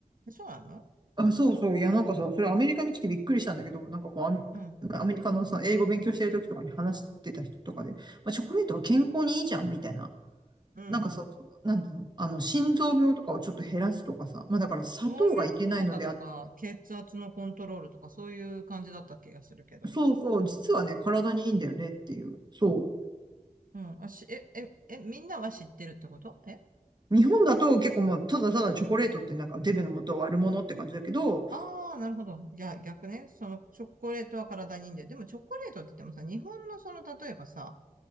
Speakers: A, on the right; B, on the right.
A: えそうなの
B: あ、そうそう。いや、なんかさ、それアメリカに来てびっくりしたんだけど、なんかこう、アメ、
A: うん。
B: アメリカのさ、英語勉強してる時とかに話してた人とかで、まあ、チョコレートは健康にいいじゃん、みたいな。
A: うん。
B: なんかさ、そうなんていうのあの、心臓病とかをちょっと減らすとかさ、まあだから砂糖がいけないのであっ
A: 動脈硬化とか、血圧のコントロールとか、そういう感じだった気がするけど。
B: そうそう、実はね、体にいいんだよねっていう。そ
A: うん。あ、し、え、え、え、みんなは知ってるってことえ
B: う。日本だと結構もう、ただただチョコレートってなんかデブの元を悪者って感じだけど、
A: ああー、なるほど。逆、逆ね。その、チョコレートは体にいいんだよ。でも、チョコレートって言ってもさ、日本のその、例えばさ、